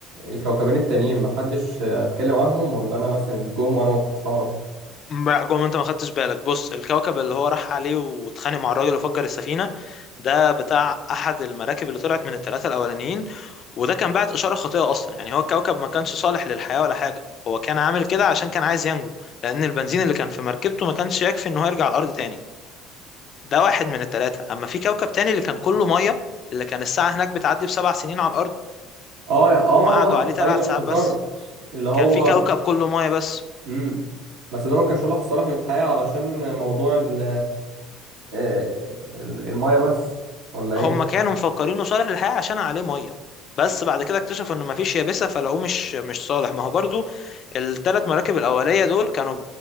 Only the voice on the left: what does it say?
لا، جوه ما انت ما خدتش بالك بص الكوكب اللي هو راح عليه واتخانق مع الراجل وفجر السفينه ده بتاع احد المراكب اللي طلعت من الثلاثه الاولانيين وده كان بعت اشاره خاطئه اصلا يعني هو الكوكب ما كانش صالح للحياه ولا حاجه هو كان عامل كده عشان كان عايز ينجو لان البنزين اللي كان في مركبته ما كانش يكفي ان هو يرجع الارض تاني ده واحد من الثلاثه اما في كوكب تاني اللي كان كله ميه اللي كان الساعه هناك بتعدي بسبع سنين على الارض
وهم قعدوا عليه ثلاث
ساعات بس
كان في كوكب كله ميه بس
هم كانوا مفكرينه صالح للحياة عشان عليه ميه بس بعد كده اكتشفوا انه مفيش يابسة فلقوه مش مش صالح ما هو برضو الثلاث مراكب الأولية دول كانوا